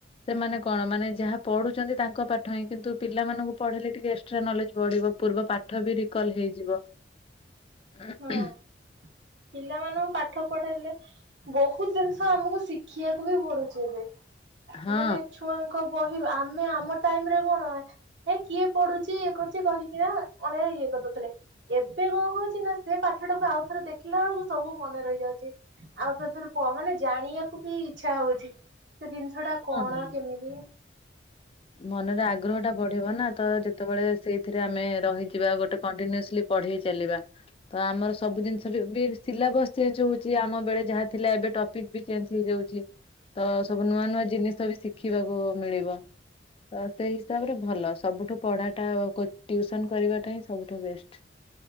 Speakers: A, on the left; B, on the right.
A: ସେମାନେ କଣ ମାନେ ଯାହା ପଢ଼ୁଛନ୍ତି ତାଙ୍କ ପାଠ ହିଁ କିନ୍ତୁ ପିଲାମାନଙ୍କୁ ପଢ଼େଇଲେ ଟିକେ ଏକ୍ସଟ୍ରା ନଲେଜ ବଢ଼ିବ। ପୂର୍ବ ପାଠ ବି ରିକଲ ହେଇଯିବ ଉଁହୁଁ।
B: ହଁ। ପିଲାମାନଙ୍କୁ ପାଠ ପଢେଇଲେ ବହୁତ ଜିନିଷ ଆମକୁ ଶିଖିବାକୁ ବି ପଡୁଛି ଏବେ।
A: ହଁ।
B: ମାନେ ଛୁଆଙ୍କ ବହି ଆମେ ଆମ ଟାଇମରେ କଣ ହେ କିଏ ପଢୁଛି ଇଏ କରୁଛି କହିକିନା ଅଣଇଏ କରିଦଉଥିଲେ ଏବେ କଣ ହଉଛି ନା ସେ ପାଠଟାକୁ ଆଉ ଥରେ ଦେଖିଲା ବେଳକୁ ସବୁ ମନେ ରହିଯାଉଛି। ଆଉ ଥରେ ଥରେ କହ ମାନେ ଜାଣିବାକୁ ବି ଇଚ୍ଛା ହଉଛି। ସେ ଜିନିଷ ଟା କଣ
A: ହଁ
B: କେମିତି
A: ମନରେ ଆଗ୍ରହ ଟା ବଢିବ ନା ତ ଯେତେବେଳେ ସେଇଥିରେ ଆମେ ରହିଯିବା ଗୋଟେ କଣ୍ଟିନିୟସିଲି ପଢେଇ ଚାଲିବା ତ ଆମର ସବୁ ଜିନିଷ ବି ସିଲାବସ ଚେଞ୍ଜ ହଉଛି ଆମ ବେଳେ ଯାହା ଥିଲା ଏବେ ଟପିକ ବି ଚେଞ୍ଜ ହେଇଯାଉଛି। ତ ସବୁ ନୂଆ ନୂଆ ଜିନିଷ ବି ଶିଖିବାକୁ ମିଳିବ। ତ ସେଇ ହିସାବରେ ଭଲ। ସବୁଠୁ ପଢାଟା ଟ୍ୟୁସନ କରିବାଟା ହିଁ ସବୁଠୁ ବେଷ୍ଟ।